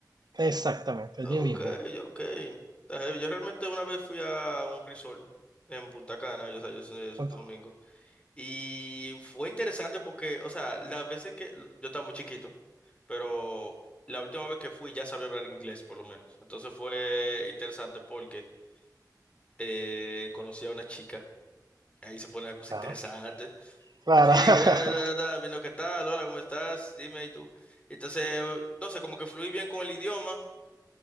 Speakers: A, on the right (about 70°); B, on the left (about 15°).
A: Exactamente,
B: Ok,
A: allí mismo.
B: ok. Está heavy. Yo realmente una vez fui a un resort en Punta Cana, yo, o sea, yo soy de Santo
A: Punta-
B: Domingo, y fue interesante porque, o sea, las veces que yo estaba muy chiquito, pero la última vez que fui ya sabía hablar inglés por lo menos. Entonces fue interesante porque eh, conocí a una chica, ahí se pone la cosa
A: Claro.
B: interesante.
A: Claro.
B: Sí, que la, la, la,
A: <laughs>
B: la, la, viendo qué tal, hola, ¿cómo estás? Dime, ¿y tú? Entonces, no sé, como que fluí bien con el idioma.